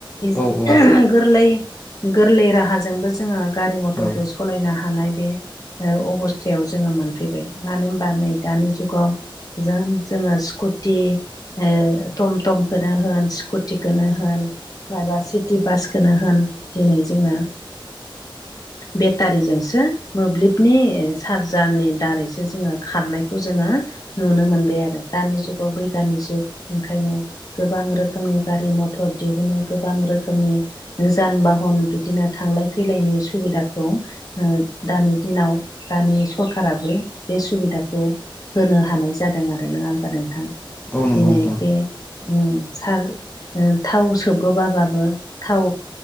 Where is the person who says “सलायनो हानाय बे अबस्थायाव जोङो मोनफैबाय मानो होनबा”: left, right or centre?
Left